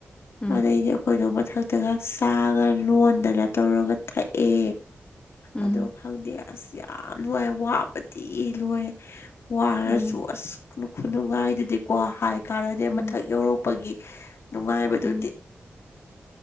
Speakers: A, on the left; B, on the left.
A: ꯎꯝ
B: ꯑꯗꯩꯗꯤ ꯑꯩꯈꯣꯏꯗꯣ ꯃꯊꯛꯇꯒ ꯆꯥꯒ ꯂꯣꯟꯗꯅ ꯇꯧꯔꯒ ꯊꯛꯑꯦ
A: ꯎꯝ
B: ꯑꯗꯣ ꯈꯪꯗꯦ ꯑꯁ ꯌꯥꯝ ꯅꯨꯡꯉꯥꯏ ꯋꯥꯕꯗꯤ ꯂꯣꯏꯔꯦ ꯋꯥꯔꯥꯁꯨ
A: ꯎꯝ
B: ꯑꯁ ꯈꯨꯅꯨꯡꯉꯥꯏꯗꯨꯗꯤꯀꯣ ꯍꯥꯏ ꯀꯥꯟꯅꯗꯦ
A: ꯎꯝ
B: ꯃꯊꯛ ꯌꯧꯔꯛꯄꯒꯤ ꯅꯨꯡꯉꯥꯏꯕꯗꯨꯗꯤ
A: ꯎꯝ